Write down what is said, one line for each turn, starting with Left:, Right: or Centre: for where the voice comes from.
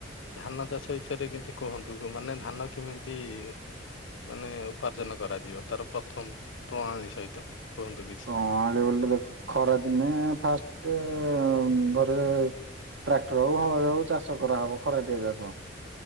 Left: ଧାନ ଚାଷ ବିଷୟରେ କିଛି କୁହନ୍ତୁ। ମାନେ ଧାନ କେମିତି ମାନେ ଉପାର୍ଜନ କରାଯିବ ତାର ପ୍ରଥମ ପ୍ରଣାଳୀ ସହିତ କୁହନ୍ତୁ କି
Right: କ ଆଳିବ ଦେଖ ଖରା ଦିନେ ଫାଷ୍ଟେ ଘରେ ଟ୍ରାକ୍ଟର ହଉ ହଳରେ ହଉ ଚାଷ କରାହବ ଖରାଟିଆ ଚାଷ।